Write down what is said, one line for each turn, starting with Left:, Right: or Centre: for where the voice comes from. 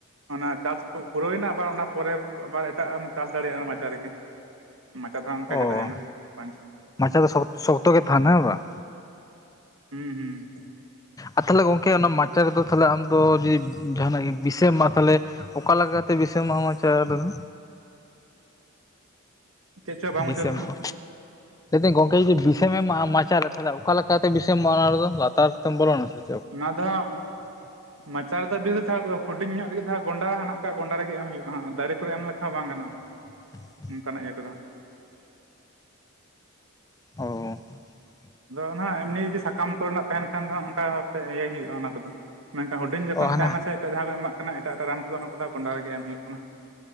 Right: ᱚᱱᱟ ᱪᱟᱥ ᱠᱚ, ᱯᱩᱨᱟᱹᱣ ᱮᱱᱟ ᱟᱵᱟᱨ ᱚᱱᱟ, ᱯᱚᱨᱮ ᱟᱵᱟᱨ ᱮᱴᱟᱜ, ᱮᱢ ᱪᱟᱥ ᱫᱟᱲᱮᱭᱟᱜᱼᱟ, ᱚᱱᱟ ᱢᱟᱪᱟ ᱨᱮᱜᱮ ᱾ ᱢᱟᱪᱟ ᱫᱚ ᱱᱷᱟᱜ, ᱚᱱᱠᱟ
Left: ᱚ
Right: ᱜᱮ ᱛᱟᱦᱮᱱᱟ ᱵᱟᱝ ᱪᱤᱠᱟᱼᱟ ᱾
Left: ᱢᱟᱪᱟ ᱫᱚ, ᱥᱚᱠ-ᱥᱚᱠᱛᱚ ᱜᱮ ᱛᱟᱸᱦᱮᱱᱟ, ᱦᱮᱸ ᱵᱟᱝ?
Right: ᱦᱩᱸ, ᱦᱩᱸ ᱾
Left: ᱟᱨ ᱛᱟᱦᱚᱞᱮ, ᱜᱚᱝᱠᱮ ᱚᱱᱟ ᱢᱟᱪᱟ ᱨᱮᱫᱚ, ᱟᱢᱫᱚ ᱡᱩᱫᱤ ᱡᱟᱦᱟᱱᱟᱜ ᱜᱮ, ᱵᱤᱥᱤᱢ ᱮᱢᱟᱜᱼᱟ ᱛᱟᱦᱚᱞᱮ? ᱚᱠᱟ ᱞᱮᱠᱟ ᱠᱟᱛᱮ ᱵᱤᱥᱮᱢ ᱮᱢ ᱚᱪᱚ ᱮ, ᱟᱫᱚ ᱦᱳ?
Right: ᱪᱮᱫ ᱪᱚ ᱵᱟᱝ
Left: ᱵᱤᱥᱼᱮᱢ
Right: ᱵᱩᱡᱷᱟᱹᱣ ᱞᱮᱱᱟ ᱦᱟᱸᱜ
Left: ᱠᱚ ᱾ ᱜᱚᱝᱠᱮ ᱡᱩᱫᱤ ᱵᱤᱥᱮᱢ ᱮᱢᱟ, ᱟᱢ ᱢᱟᱪᱟ ᱨᱮ ᱛᱟᱦᱚᱞᱮ, ᱚᱠᱟ ᱞᱮᱠᱟᱛᱮ? ᱵᱤᱥᱮᱢ ᱮᱢᱟ, ᱚᱱᱟ ᱨᱮᱫᱚ ᱞᱟᱛᱟᱨ ᱛᱮᱢ, ᱵᱚᱞᱚᱱᱟ ᱥᱮ, ᱾?
Right: ᱚᱱᱟ ᱫᱚ, ᱾
Left: <inaudible>
Right: ᱢᱟᱪᱟ ᱨᱮᱫᱚ <inaudible> ᱦᱩᱰᱤᱧ ᱧᱚᱜ ᱨᱮᱜᱮ, ᱡᱟᱸᱦᱟ ᱜᱚᱸᱰᱟ ᱢᱮᱱᱟᱜ-ᱟ᱾᱾ ᱜᱚᱸᱰᱟ ᱨᱮᱜᱮ ᱮᱢ, ᱦᱩᱭᱩᱜ-ᱟᱱᱟᱜ ᱫᱟᱨᱮ ᱠᱚᱨᱮ ᱮᱢ ᱞᱮᱠᱷᱟᱱ ᱦᱚ, ᱸ ᱵᱟᱝ ᱜᱟᱱᱚᱜ-ᱟ᱾
Left: <inaudible>
Right: ᱚᱱᱠᱟ ᱱᱟᱜ ᱤᱭᱟᱹ ᱠᱟᱫᱚ, ᱾
Left: ᱚᱻ ᱾
Right: ᱟᱫᱚ ᱦᱟᱸᱜ ᱮᱢᱱᱤ ᱡᱩᱫᱤ, ᱥᱟᱠᱟᱢ ᱠᱚᱨᱮᱱᱟᱜ ᱛᱟᱸᱦᱮᱱ ᱠᱷᱟᱱ ᱫᱚ, ᱚᱱᱠᱟ ᱵᱷᱟᱵᱛᱮ ᱤᱭᱟᱹᱭ ᱦᱩᱭᱩᱜ-ᱟ, ᱚᱱᱟ ᱠᱚᱫᱚ ᱾ ᱢᱮᱱᱠᱷᱟᱱ, ᱦᱩᱰᱤᱧ ᱡᱚᱠᱷᱚᱱ
Left: ᱚ ᱦᱟᱱᱟ
Right: ᱛᱟᱸᱦᱮᱱᱟ ᱥᱮ, ᱮᱴᱟᱜ ᱡᱟᱸᱦᱟ ᱠᱚ ᱮᱢᱟᱜ ᱠᱟᱱᱟ, ᱮᱴᱟᱜ ᱮᱴᱟᱜ ᱨᱟᱱ ᱠᱚ ᱾ ᱚᱱᱟ ᱠᱚᱫᱚ, ᱜᱚᱸᱰᱟ ᱨᱮᱜᱮ ᱮᱢ ᱦᱩᱭᱩᱜ ᱠᱟᱱᱟ,